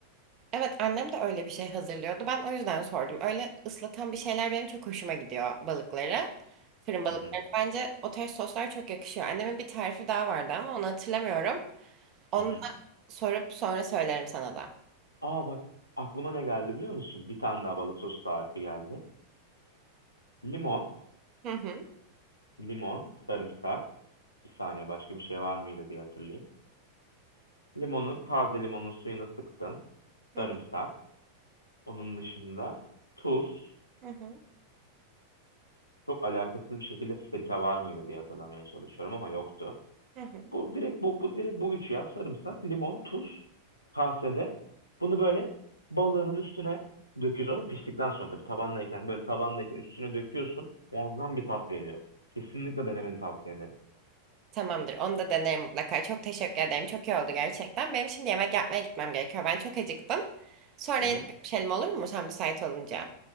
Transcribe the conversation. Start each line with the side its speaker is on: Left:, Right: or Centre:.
Right: Evet annem de öyle bir şey hazırlıyordu. Ben o yüzden sordum. Öyle ıslatan bir şeyler benim çok hoşuma gidiyor balıkları. Fırın balıkları.
Left: Hı hı.
Right: Bence o tarz soslar çok yakışıyor. Annemin bir tarifi daha vardı ama onu hatırlamıyorum. Onu
Left: Hı hı.
Right: da sorup sonra söylerim sana da.
Left: Aa bak aklıma ne geldi biliyor musun? Bir tane daha balık sosu tarifi geldi. Limon,
Right: Hı hı.
Left: limon, sarımsak. Bir saniye başka bir şey var mıydı diye hatırlayayım. Limonun, taze limonun suyunu sıktın.
Right: Hı
Left: Sarımsak.
Right: hı.
Left: Onun dışında tuz.
Right: Hı hı.
Left: Çok alakasız bir şekilde sirke var mıydı diye hatırlamaya çalışıyorum ama yoktu.
Right: Hı hı.
Left: Bu direkt bu, bu direkt bu üç ya. Sarımsak, limon, tuz kasede. Bunu böyle balığının üstüne döküyorsun ama piştikten sonra tabii tabanlayken böyle tabanlayken üstüne döküyorsun. Muazzam bir tat veriyor. Kesinlikle denemeni tavsiye ederim.
Right: Tamamdır. Onu da denerim mutlaka. Çok teşekkür ederim. Çok iyi oldu gerçekten. Benim şimdi yemek yapmaya gitmem gerekiyor. Ben çok acıktım. Sonra
Left: Hı
Right: yine
Left: hı.
Right: görüşelim olur mu? Sen müsait olunca.